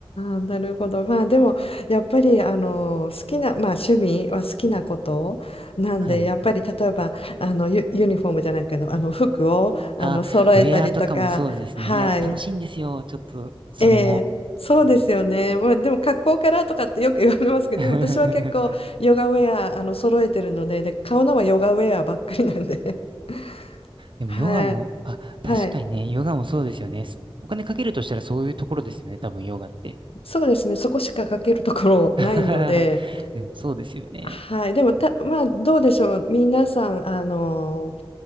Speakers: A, on the left; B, on the right.
A: あ、なるほど。まあでも、やっぱり、あの、好きな、まあ趣味は好きなことなんで、
B: はい。
A: やっぱり、例えば、あの、ユ、ユニフォームじゃないけど、あの、服を、あの、
B: あ、
A: 揃えたりとか、
B: ウェアとかもそうですね。
A: はい。
B: いや、楽しいんですよ。ちょっと、それも。
A: ええ、そうですよね。まあでも、格好からとかってよく言われますけど、
B: <laughs>
A: でも私は結構、ヨガウェア、あの、揃えてるので、で、買うのはヨガウェアばっかりなんで。<laughs>
B: でもヨガも、
A: はい。
B: あ、確かにね、
A: はい。
B: ヨガもそうですよね。すお金かけるとしたらそういうところですよね。多分ヨガって。
A: そうですね。そこしかかけるところないので、
B: <laughs> でもそうですよね。
A: はい、でもた、まあ、どうでしょう、皆さん、あの